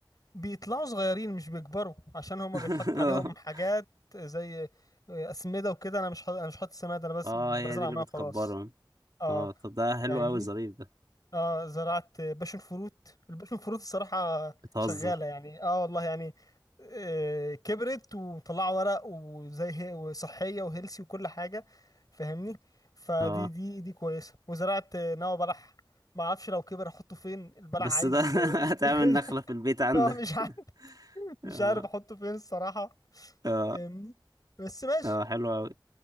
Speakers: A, on the left; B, on the right.
A: بيطلعوا صغيرين مش بيكبروا عشان هما
B: <laughs>
A: بيتحط عليهم حاجات زي أسمدة وكده أنا مش حاط أنا مش حاطط سماد أنا بس
B: اه
A: بزرع
B: هي دي اللي
A: معاه
B: بتكبرهم
A: وخلاص أه
B: اه طب ده حلو
A: فاهمني
B: قوي ظريف ده
A: اه زرعت باشن فروت الباشن فروت الصراحة
B: بتهزر
A: شغالة يعني اه والله يعني آه كبرت ومطلعة ورق وزي هي وصحية وهيلسي وكل حاجة فاهمني فدي
B: اه
A: دي دي كويسة وزرعت آه، نوى بلح ما اعرفش لو كبر احطه فين البلح
B: بس
A: عايز
B: ده
A: آه،
B: <laughs> هتعمل
A: <laughs>
B: نخلة في البيت عندك
A: آه، مش عارف
B: <laughs>
A: مش
B: اه
A: عارف احطه فين الصراحة
B: اه
A: فاهمني بس ماشي
B: اه حلو قوي